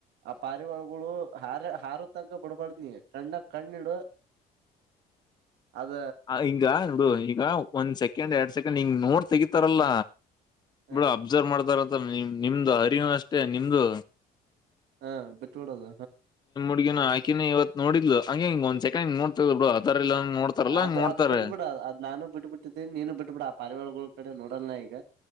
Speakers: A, on the right; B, on the left.
A: ಆ ಪಾರಿವಳಗಳು ಹಾರ ಹಾರು ತನಕ ಬಿಡ್ಬಡ್ದ ನೀ ಕಂಡಕ್ ಕಣ್ಣಿಡು ಅದ
B: ಅ ಹಂಗ ನೋಡು ಈಗ ಒಂದ್ ಸೆಕೆ ಸಿಕಂಡ್ ಎರಡ್ ಸೆಕೆಂಡ್ ಹಂಗ ನೋಡ್ ತಗಿತರಲ್ಲ
A: ಹ
B: ಬಿಡು ಅಬ್ಸರ್ವ್ ಮಾಡ್ತಾರ. ನಿಮ್ ನಿಮ್ದು ಹರಿವನು ಅಷ್ಟೇ ನಿಮ್ದು
A: ಹಾ ಬಿಟ್ಟ ಬಿಡದ
B: ಹುಗಿನ ಹಾಕಿನೇ ಇವ ನೋಿದ್ಲು ಹಂಗ ಒಂದ್ೆಕಂಡ್ ನೋತದ ಬಿಡು. ಅದರ್ ಇಲ್ಲ ನೋಡ್ತಾರಲ್ಲ
A: ಅದು
B: ಹಂಗ್ ನೋಡ್ತಾರೆ
A: ಅದು ಬಿಟ್ಬಿಡ ಅದ್ ನಾನು ಬಿಟ್ಟಬ ಬಿಟ್ಟಿದ್ದೀಿ ನೀನು ಬಿಟ್ಬಿಡ ಆ ಪರಿವಳಗಳು ಈ ಕಡೆ ನೋಡೋಲ್ನ ಈಗ